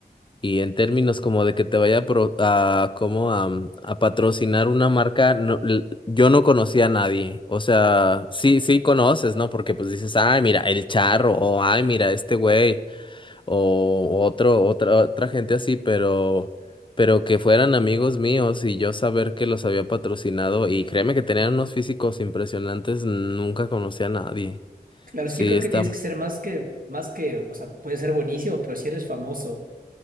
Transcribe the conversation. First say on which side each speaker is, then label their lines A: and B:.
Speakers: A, on the left; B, on the right.
A: Y en términos como de que te vaya a, pro- a como a, mm, a patrocinar una marca, no, l- yo no conocía a nadie. O sea, sí, sí conoces, ¿no? Porque pues dices, ay, mira, el charro, o ay, mira, este güey, o otro, otra, otra gente así, pero, pero que fueran amigos míos y yo saber que los había patrocinado, y créeme que tenían unos físicos impresionantes, nunca conocí a nadie.
B: Claro,
A: Sí,
B: es que yo creo
A: está,
B: que tienes que ser más que, más que, o sea, puedes ser buenísimo, pero si eres famoso.